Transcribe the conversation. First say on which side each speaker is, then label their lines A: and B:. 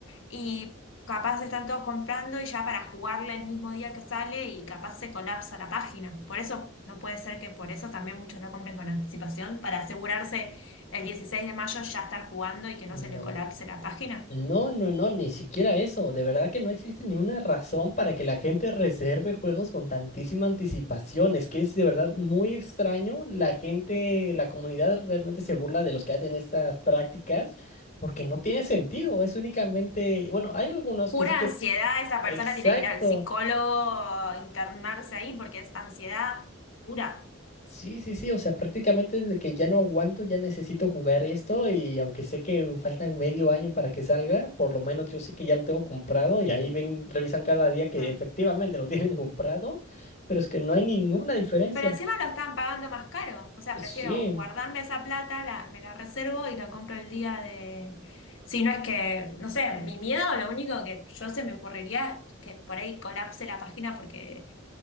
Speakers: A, on the left; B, on the left.
A: Y capaz están todos comprando y ya para jugarle el mismo día que sale y capaz se colapsa la página. Por eso no puede ser que por eso también muchos no compren con anticipación, para asegurarse el 16 de mayo ya estar jugando y que
B: no,
A: no se le colapse la página.
B: No, no, no, ni siquiera eso. De verdad que no existe ni una razón para que la gente reserve juegos con tantísima anticipación. Es que es de verdad muy extraño. La gente, la comunidad realmente se burla de los que hacen estas prácticas porque no tiene sentido. Es únicamente, bueno, hay algunos
A: Pura
B: que sí que,
A: ansiedad, esa persona
B: exacto.
A: tiene que ir al psicólogo, internarse ahí porque es ansiedad pura.
B: Sí, sí, sí, o sea, prácticamente desde que ya no aguanto, ya necesito jugar esto y aunque sé que faltan medio año para que salga, por lo menos yo sé que ya lo tengo comprado y ahí ven, revisan cada día que
A: Ah.
B: efectivamente lo <laughs> tienen comprado, pero es que no hay ninguna diferencia.
A: Pero encima lo están pagando más caro. O sea,
B: Sí,
A: prefiero guardarme esa plata, la- me la reservo y la compro el día de... Si no es que, no sé, mi miedo, lo único que yo se me ocurriría que por ahí colapse la página porque